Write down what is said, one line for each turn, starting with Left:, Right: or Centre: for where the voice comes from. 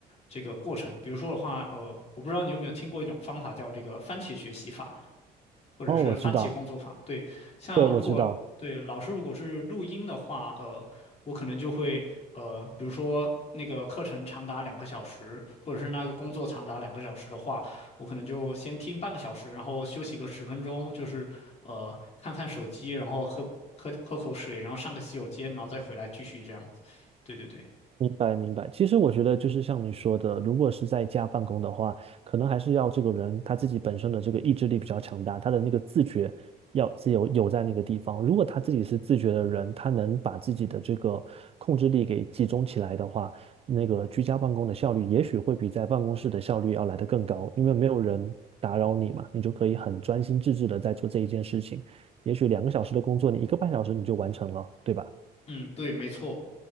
Left: 这个过程。比如说的话，呃，我不知道你有没有听过一种方法叫这个番茄学习法，或者是番茄工作法。
Right: 哦，我知道，
Left: 对，像如果对老师如果是录音的话，
Right: 对，我知道。
Left: 呃，我可能就会呃，比如说那个课程长达两个小时，或者是那个工作长达两个小时的话，我可能就先听半个小时，然后休息个十分钟，就是呃看看手机，然后喝喝喝口水，然后上个洗手间，然后再回来继续这样子。对对对，
Right: 明白，明白。其实我觉得就是像你说的，如果是在家办公的话，可能还是要这个人他自己本身的这个意志力比较强大，他的那个自觉要自由有在那个地方。如果他自己是自觉的人，他能把自己的这个控制力给集中起来的话，那个居家办公的效率也许会比在办公室的效率要来得更高，因为没有人打扰你嘛，你就可以很专心致志的在做这一件事情。也许两个小时的工作，你一个半小时你就完成了，对吧？
Left: 嗯，对，没错。